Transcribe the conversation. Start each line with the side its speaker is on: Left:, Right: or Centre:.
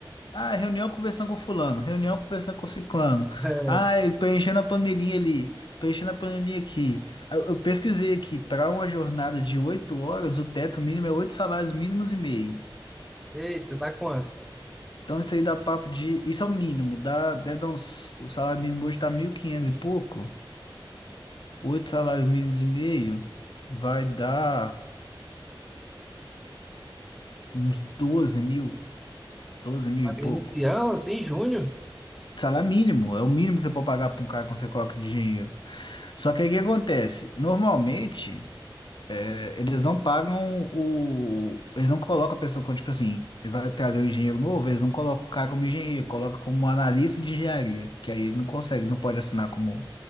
Left: Ah, reunião conversando com fulano, reunião conversando com ciclano.
Centre: É.
Left: Ah, eu preenchendo a panelinha ali, preenchendo a panelinha aqui. Ah, Eu, eu pesquisei aqui, para uma jornada de oito horas, o teto mínimo é oito salários mínimos e meio.
Centre: Eita, dá quanto?
Left: Então isso aí dá papo de, isso é o mínimo, dá, deve dar uns, o salário mínimo hoje tá 1.500 e quinhentos e pouco. Oito salários mínimos e meio vai dar uns 12 mil, 12 mil e pouco.
Centre: Inicial, assim, junho?
Left: Salário mínimo, é o mínimo que você pode pagar para um cara quando você coloca de dinheiro. Só que aí o que acontece? Normalmente, eh, eles não pagam o. Eles não colocam a pessoa como, tipo assim, ele vai trazer um engenheiro novo, eles não colocam o cara como engenheiro, colocam como analista de engenharia, porque aí ele não consegue, não pode assinar como.